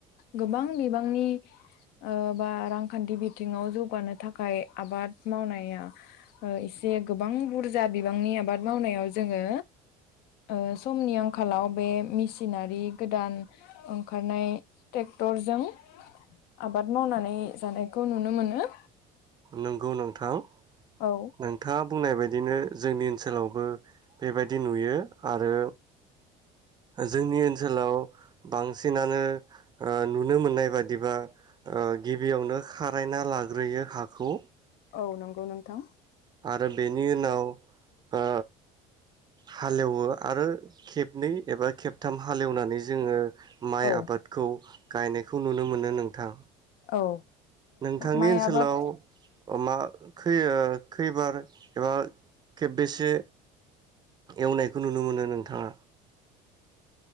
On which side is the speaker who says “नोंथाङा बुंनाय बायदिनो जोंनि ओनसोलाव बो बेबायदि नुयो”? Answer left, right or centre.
Right